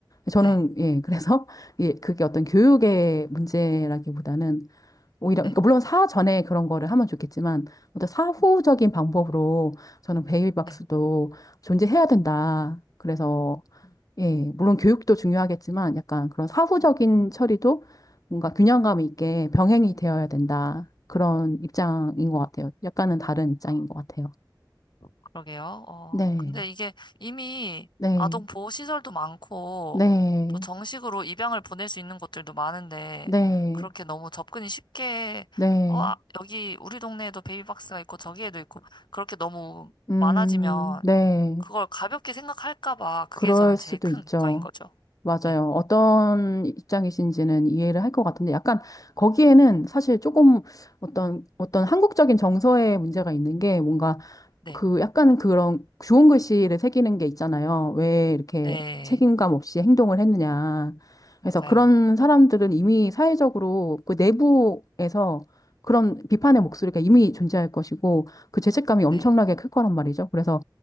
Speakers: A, on the left (about 50°); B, on the left (about 70°).
A: 저는
B: 네,
A: 예 그래서 <laughs> 예 그게 어떤 교육의 문제라기보다는 오히려
B: 네,
A: 그러니까 물론 사전에 그런 거를 하면 좋겠지만 어떤 사후적인
B: 네,
A: 방법으로 저는 베이비박스도
B: 네.
A: 존재해야 된다. 그래서
B: 음,
A: 예, 물론 교육도 중요하겠지만 약간 그런 사후적인
B: 음,
A: 처리도 뭔가 균형감 있게 병행이 되어야 된다. 그런 입장인
B: 음.
A: 것 같아요. 약간은 다른 입장인
B: 아,
A: 것 같아요.
B: 그러게요. 어,
A: 네,
B: 근데 이게 이미
A: 네,
B: 아동 보호 시설도 많고
A: 네,
B: 또 정식으로 입양을 보낼 수 있는 곳들도 많은데
A: 네,
B: 그렇게 너무 접근이 쉽게
A: 네,
B: 어, 아, 여기 우리 동네에도 베이비박스가 있고 저기에도 있고 그렇게 너무
A: 음,
B: 많아지면
A: 네.
B: 그걸 가볍게 생각할까 봐 그게
A: 그럴
B: 저는 제일
A: 수도
B: 큰
A: 있죠.
B: 걱정인 거죠. 네,
A: 맞아요. 어떤 입장이신지는 이해를 할 것 같은데 약간 거기에는 사실 조금 어떤, 어떤 한국적인 정서의 문제가 있는 게 뭔가
B: 네,
A: 그 약간 그런 주홍 글씨를 새기는 게 있잖아요. 왜 이렇게
B: 네,
A: 책임감 없이 행동을 했느냐.
B: 맞아요.
A: 그래서 그런 사람들은 이미 사회적으로 그 내부에서 그런 비판의 목소리가 이미 존재할 것이고 그 죄책감이
B: 네,
A: 엄청나게 클 거란 말이죠. 그래서